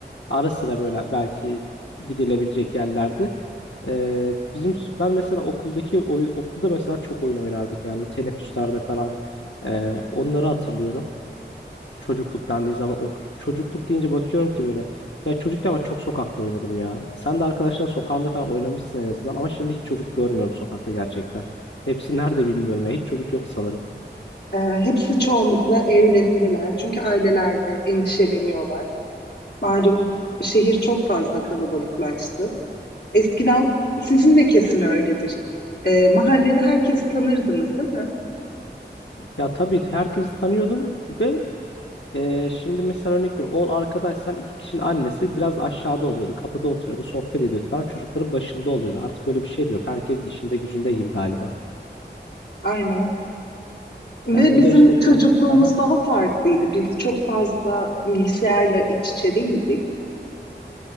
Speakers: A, on the left; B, on the left.
A: ara sıra böyle belki gidilebilecek yerlerdi. E, bizim ben mesela okuldaki oy- okulda mesela çok oyun oynardık yani teneffüslerde falan E, onları hatırlıyorum. çocukluk dendiği zaman ok çocukluk deyince bakıyorum ki böyle ya çocukken ben çok sokakta oynadım ya. Sen de arkadaşların sokağında falan oynamışsın en azından ama şimdi hiç çocuk görmüyorum sokakta gerçekten. Hepsi nerede bilmiyorum ya. Hiç çocuk yok sanırım.
B: Ee, hepsi çoğunlukla evlerindeler. Çünkü ailelerde endişeleniyorlar. Malum şehir çok fazla kalabalıklaştı. Eskiden sizin de kesin öyledir. Ee, mahallede herkesi tanırdınız, değil mi?
A: Ya tabii herkesi tanıyordun ve e, şimdi mesela örnek veriyorum 10 arkadaşsan iki kişinin annesi biraz aşağıda oluyordu. Kapıda oturuyordu, sohbet ediyordu falan. Çocukların başında oluyordu. Artık öyle bir şey de yok. Herkes işinde gücünde gibi galiba.
B: Aynen. Ve
A: Ya bu
B: bizim
A: da işte biraz.
B: çocukluğumuz
A: <laughs>
B: daha farklıydı. Biz çok fazla bilgisayarla iç içe değildik.